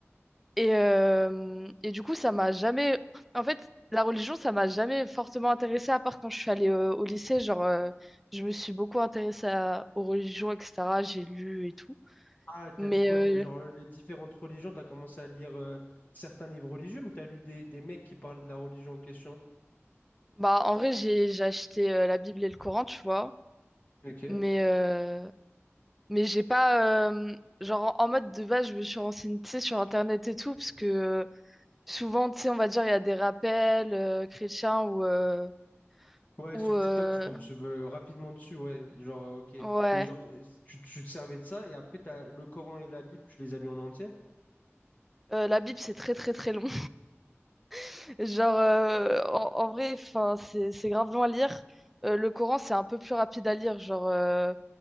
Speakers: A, in the centre; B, on the left (about 35°).
A: Et, euh, et du coup, ça m'a jamais. En fait, la religion, ça m'a jamais fortement intéressée, à part quand je suis allée euh, au lycée. Genre, euh, je me suis beaucoup intéressée à- aux religions, etc. J'ai lu et tout.
B: Ah, t'as
A: Mais
B: lu quoi,
A: euh,
B: les- genre, euh, les différentes religions, t'as commencé à lire euh, certains livres religieux ou t'as lu des, des mecs qui parlent de la religion en question?
A: bah, en vrai, j'ai, j'ai acheté euh, la Bible et le Coran, tu vois.
B: Ok.
A: Mais. euh, Mais j'ai pas. euh, genre, en en mode de base, je me suis renseignée, tu sais, sur Internet et tout, parce que euh, souvent, tu sais, on va dire, il y a des rappels euh, chrétiens ou. euh,
B: Ouais,
A: ou
B: sur
A: euh,
B: TikTok, tu tombes sur- euh, rapidement dessus, ouais, genre, euh, ok. Et
A: ouais.
B: genre, euh, tu, tu te servais de ça, et après, t'as le Coran et la Bible, tu les as lus en entier?
A: Euh, la Bible, c'est très, très, très long. <laughs> Genre, euh, en, en vrai, enfin, c'est, c'est grave long à lire. Euh, le Coran, c'est un peu plus rapide à lire. Genre, euh,